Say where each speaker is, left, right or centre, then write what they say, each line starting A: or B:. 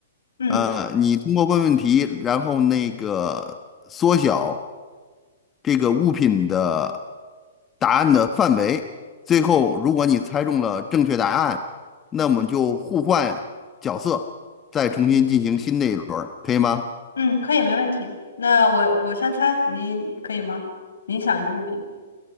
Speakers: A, on the left; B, on the left.
A: 嗯
B: 呃，你通过问问题，然后那个缩小这个物品的答案的范围。最后，如果你猜中了正确答案，那么就互换角色，再重新进行新的一轮儿可以吗？
A: 嗯，可以，没问题。那我我先猜，您可以吗？您想一个物品，